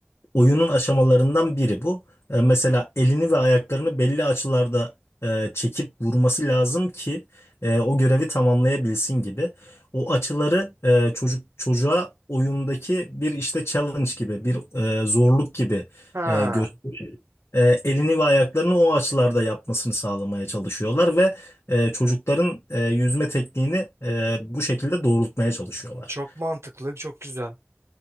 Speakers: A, on the left; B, on the right.
A: oyunun aşamalarından biri bu. E, mesela elini ve ayaklarını belli açılarda e, çekip vurması lazım ki e, o görevi tamamlayabilsin gibi. O açıları e, çocuk çocuğa oyundaki bir işte challenge gibi, bir e, zorluk gibi
B: Ha,
A: e, gösterip e, elini ve ayaklarını o açılarda yapmasını sağlamaya çalışıyorlar ve e, çocukların e, yüzme tekniğini e, bu şekilde doğrultmaya çalışıyorlar.
B: çok mantıklı, çok güzel.